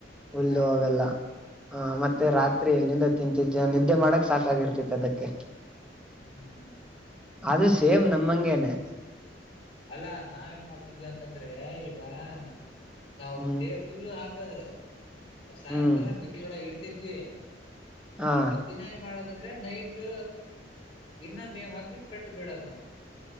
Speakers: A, in the centre; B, on the left.
A: ಉುಲ್ಲು
B: ಹಾ ಹಾ
A: ಹೆಲ್ಲ ಹ ಮತ್ತೆ
B: ಹಾ
A: ರಾತ್ರಿ ಎಲ್ಲಿಂದ ತಿಂತಿದ್ದ ನಿದ್ದೆ ಮಾಡಕ್ ಸಾಕಾಗಿರ್ತತಿ ಅದಕ್ಕೆ
B: ಹ್ಮ್ ಹ್ಮ್ ಹ್ಮ್
A: ಅದು ಸೇಮ್ ನಮ್ಮಂಗೇನೆ
B: ಅಲ್ಲಾ ನಾವ ಏನ್ ಮಾಡ್ತಿದ್ದಿ ಅಂತಂದ್ರೆ ಈಗ ಹಾ ನಾವ್
A: ಹ್ಮ್
B: ಬೇ ಫುಲ್ಲು ಹಾಕ ಕ್ಕದ ಸಾಯಂಕಾಲ
A: ಹ್ಮ್
B: ಮಿಿದೊಳ ಇಡ್ ದ
A: ಹಾ
B: ಮತ್ತ ಇನ್ನ ಏನ್ ಮಾಡದಂದ್ರೆ ನೈಟ್ ಇನ್ನ ಮೇವ್ ಹಾಕ್ಬಿಟ್ಟು ಕಟ್ಟ ಬಿಡದ್ ನಾವವು